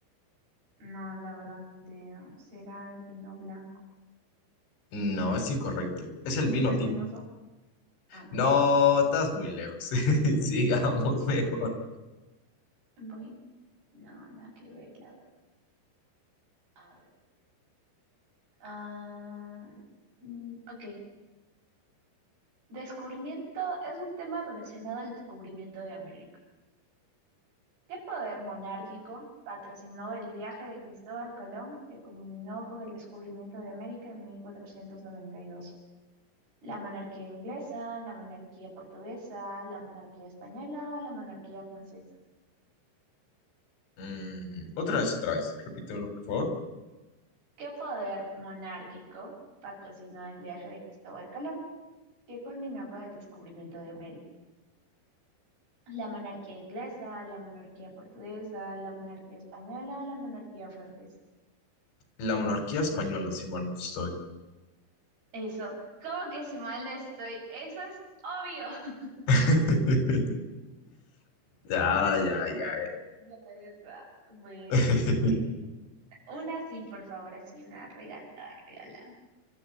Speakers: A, on the right (about 55°); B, on the left (about 85°).
A: No, la verdad, ni idea. ¿Será el vino blanco?
B: No, es incorrecto. Es el vino
A: El espumoso.
B: tinto.
A: Ah,
B: No, estás muy lejos. <laughs> Sigamos mejor.
A: Voy. No, nada que ver, la verdad. A ver. Ah, mm, ok. Descubrimiento es un tema relacionado al descubrimiento de América. ¿Qué poder monárquico patrocinó el viaje de Cristóbal Colón que culminó con el descubrimiento de América en 1492? La monarquía inglesa, la monarquía portuguesa, la monarquía española o la monarquía francesa.
B: Mm, otra vez, otra vez. Repítemelo, por favor.
A: ¿Qué poder monárquico patrocinó el viaje de Cristóbal Colón, que culminó con el descubrimiento de América? La monarquía inglesa, la monarquía portuguesa, la monarquía española o la monarquía francesa.
B: La monarquía española, si mal no estoy.
A: Eso, ¿cómo que si mal no estoy? Eso es obvio. <laughs>
B: <laughs> Ya,
A: Te Estoy
B: ya,
A: regalando
B: ya,
A: esa. Bueno,
B: ya.
A: bueno. Una sí, por favor, así, una regalada, regalada.